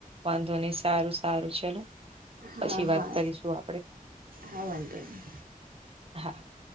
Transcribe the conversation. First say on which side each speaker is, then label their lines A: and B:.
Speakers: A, on the right; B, on the right.
A: વાંધો નઈ સારું સારું ચલો
B: હા
A: પછી
B: હા
A: વાત કરીશું આપડે
B: હા વાંધો ની
A: હા